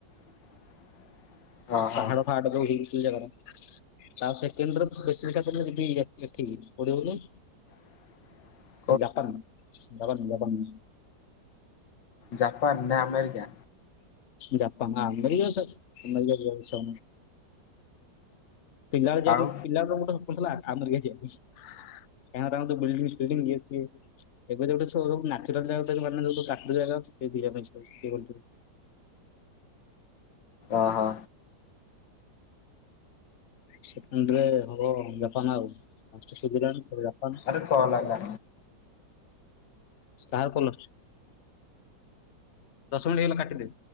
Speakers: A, on the left; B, on the left.
A: <inaudible> ହଁ ହଁ
B: ପାହାଡ଼ ଫାହାଡ଼ ଯୋଉଠି ଦି ଯାଗାରେ ତା ସେକେଣ୍ଡରେ ସ୍ପେସିପିକାଲି ଯିବି ଏ ଏଠିକି କୋଉଠି କହିଲୁ
A: <inaudible>
B: ଜାପାନ୍ ଜାପାନ୍ ଜାପାନ୍।
A: ଜାପାନ୍ ନା ଆମେରିକା।
B: ଜାପାନ୍ ଆମେରିକା ଛାଡ଼େ ଆମେରିକା ଯିବାନି ସ ପିଲାବେଳେ
A: ଆଉ
B: ପିଲାବେଳେ ଗୋଟେ ସ୍ବପ୍ନ ଥିଲା ଆମେରିକା ଯିବା ବୋଲି। କାହିଁକିନା ତାଙ୍କର ବଲ୍ଡିଙ୍ଗ୍ ସ୍ଟେଡିଙ୍ଗ୍ ଇଏ ସିଏ ଏବେତ ଗୋଟେ ସୋ ରୁମ୍ ନାଚୁରାଲ୍ ଜାଗାଟେ ଦେଖିବୁ ମାନେ ତୁ କହିବୁ କାଚା ଯେଗାକୁ ଆସିଚି। <unintelligible>
A: ଓହୋ
B: ସେକେଣ୍ଡରେ ହବ ଜାପାନ୍ ଆଉ ସୂର୍ଯ୍ୟଲାନ୍ଟ୍ ଜାପାନ୍।
A: ଆରେ କହନା ଯା
B: କାହାର କଲ୍ ଆସୁଚି। ଦଶ ମିନିଟ୍ ହେଇଗଲା କାଟିଦେ।